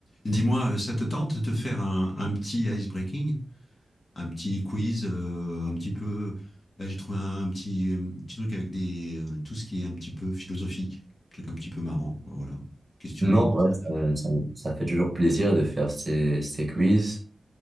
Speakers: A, on the left (about 50°); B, on the right (about 20°).
A: Dis-moi, euh, ça te tente de te faire un, un petit breaking, un petit quiz, euh, un petit peu. Là, j'ai trouvé un, un petit, euh, petit truc avec des, euh, tout ce qui est un petit peu philosophique, un truc un petit peu marrant. Voilà. Question
B: Non,
A: de, de
B: ouais,
A: se connaître un peu plus.
B: ça, ça- ça fait toujours plaisir de faire ces, ces quiz.